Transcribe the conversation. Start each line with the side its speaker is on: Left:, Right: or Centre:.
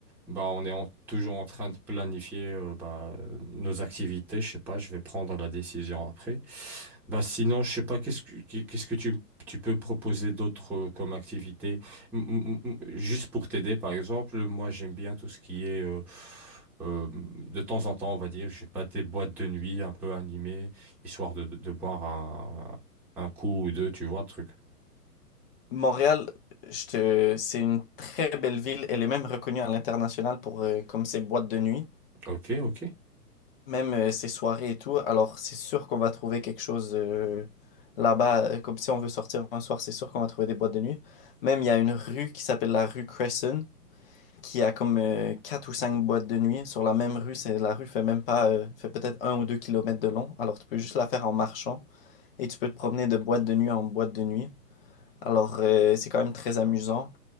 Centre: bah on est en- toujours en train de planifier euh, bah, nos activités, je sais pas, je vais prendre la décision après. Bah sinon, je sais pas, qu'est-ce que, qu'est-ce que tu, tu peux proposer d'autre euh, comme activité? M- m- m- Juste pour t'aider, par exemple, moi j'aime bien tout ce qui est, euh, euh, de temps en temps, on va dire, je sais pas, des boîtes de nuit un peu animées, histoire de, de, de boire un, un coup ou deux, tu vois, le truc.
Left: Montréal, je te- c'est une très belle ville. Elle est même reconnue à l'international pour euh, comme ses boîtes de nuit,
Centre: Ok, ok.
Left: même euh, ses soirées et tout. Alors, c'est sûr qu'on va trouver quelque chose euh, là-bas. euh, Comme si on veut sortir un soir, c'est sûr qu'on va trouver des boîtes de nuit. Même, il y a une rue qui s'appelle la rue Cresson, qui a comme euh, quatre ou cinq boîtes de nuit sur la même rue. C'est, la rue fait même pas, euh, fait peut-être un ou deux kilomètres de long. Alors, tu peux juste la faire en marchant et tu peux te promener de boîte de nuit en boîte de nuit. Alors, euh, c'est quand même très amusant.